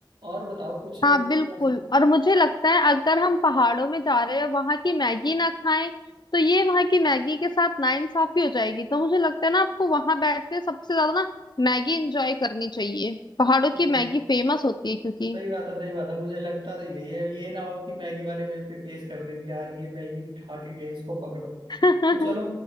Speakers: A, on the right; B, on the left.
A: और बताओ कुछ अ,
B: हाँ
A: कोई
B: बिल्कुल
A: ऐसी <laughs>
B: और मुझे लगता है अगर हम पहाड़ों में जा रहे हैं वहां की मैगी ना खाएं तो ये वहां की मैगी के साथ नाइंसाफी हो जाएगी तो मुझे लगता है ना आपको वहां बैठ के सबसे ज्यादा ना मैगी एंजॉय करनी चाहिए पहाड़ों
A: सही
B: की
A: है
B: मैगी फेमस होती है क्योंकि
A: सही बात है सही बात है मुझे लगता तो यही है ये ना हो कि मैगी वाले मेरे पे केस कर देंगे यार ये मैगी नहीं खा के गई इसको पकड़ो तो
B: <laughs>
A: चलो